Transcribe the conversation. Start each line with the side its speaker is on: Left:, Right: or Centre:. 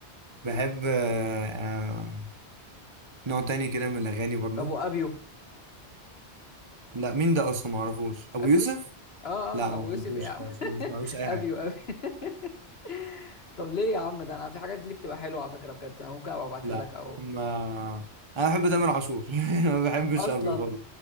Right: بحب آه آه نوع تاني كده من الأغاني برضه
Left: طب وابيو
Right: لا مين ده اصلا ما اعرفوش ابو
Left: ابو
Right: يوسف
Left: يوسف اه
Right: لا
Left: اه
Right: ما
Left: ابو
Right: بحبوش
Left: يوسف ايه يا عم
Right: خالص
Left: <laughs>
Right: ما بسمعلوش اي
Left: ابيو
Right: حاجه
Left: ابي <laughs> طب ليه يا عم ده انا في حاجات دي بتبقى حلوه على فكره بجد انا ممكن ابقى ابعتها
Right: لا
Left: لك او
Right: ما انا بحب تامر عاشور <laughs> ما بحبش
Left: اصلا
Right: ابي خالص